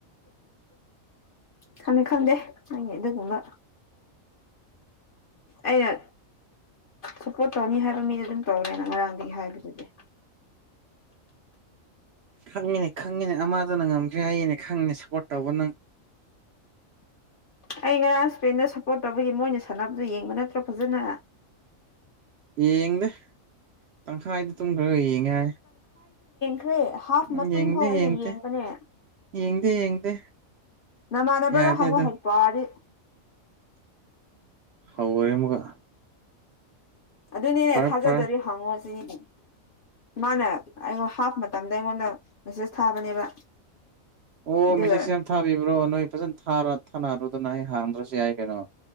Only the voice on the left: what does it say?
ꯈꯪꯗꯦ ꯈꯪꯗꯦ ꯅꯪꯒꯤ ꯑꯗꯨꯒꯨꯝꯕ ꯑꯩꯅ ꯁꯞꯄꯣꯔꯠ ꯇꯧꯅꯤ ꯍꯥꯏꯕ ꯃꯤꯗꯨ ꯑꯗꯨꯝ ꯇꯧꯔꯦꯅ ꯉꯔꯥꯡꯗꯒꯤ ꯍꯥꯏꯕꯗꯨꯗꯤ
ꯑꯩ ꯉꯔꯥꯡ ꯁꯄꯦꯟꯗ ꯁꯞꯄꯣꯔꯠ ꯇꯧꯕꯒꯤ ꯃꯣꯏꯅ ꯁꯥꯟꯅꯕꯗꯨ ꯌꯦꯡꯕ ꯅꯠꯇ꯭ꯔꯣ ꯐꯖꯅ
ꯈ꯭ꯔꯦ ꯍꯥꯐ
ꯃꯇꯨꯡ
ꯐꯥꯎ ꯑꯩꯅ
ꯌꯦꯡꯕꯅꯦ
ꯅꯃꯥꯟꯅꯕꯗ
ꯍꯪꯉꯣ
ꯍꯩꯄꯥꯗꯤ
ꯑꯗꯨꯅꯤꯅꯦ
ꯊꯥꯖꯗꯗꯤ
ꯍꯪꯉꯣ ꯁꯤꯅꯤꯒꯤ ꯃꯥꯅ ꯑꯩꯉꯣꯟ ꯍꯥꯐ ꯃꯇꯝꯗ ꯑꯩꯉꯣꯟꯗ ꯃꯦꯁꯦꯁ ꯊꯥꯕꯅꯦꯕ
ꯑꯗꯨꯒ